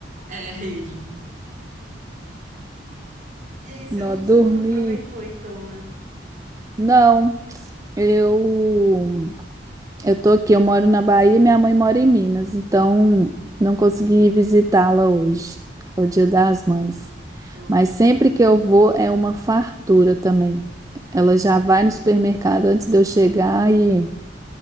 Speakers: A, on the right; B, on the right.
A: É, rede. E aí, você
B: Não,
A: não,
B: dormir.
A: você não aproveitou então, né?
B: Não, eu Eu tô aqui, eu moro na Bahia e minha mãe mora em Minas, então não consegui
A: Uhum.
B: visitá-la hoje, que é o Dia das Mães.
A: Poxa,
B: Mas sempre que eu vou é uma fartura também. Ela
A: ai,
B: já
A: imagino.
B: vai no supermercado antes de eu chegar e